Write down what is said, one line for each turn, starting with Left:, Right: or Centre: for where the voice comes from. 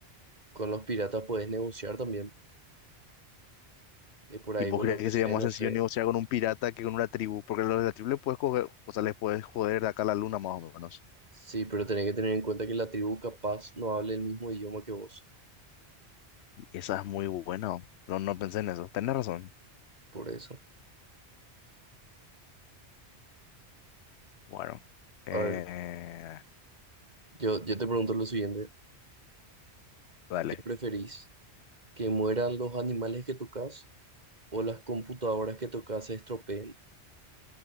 Right: Con los piratas puedes negociar también. Y por ahí
Left: ¿Y vos
Right: vos
Left: crees
Right: le ofrecés,
Left: que sería más
Right: no
Left: sencillo
Right: sé.
Left: negociar con un pirata que con una tribu? Porque los de la tribu les puedes coger, o sea, les puedes joder de acá a la luna más o menos.
Right: Sí, pero tenés que tener en cuenta que la tribu capaz no hable el mismo idioma que vos.
Left: Y esa es muy buena. No, no pensé en eso. Tenés razón.
Right: Por eso.
Left: Bueno. Eh,
Right: A ver, yo, yo te pregunto lo siguiente.
Left: dale.
Right: ¿Qué preferís? ¿Que mueran los animales que tocas o las computadoras que tocas se estropeen?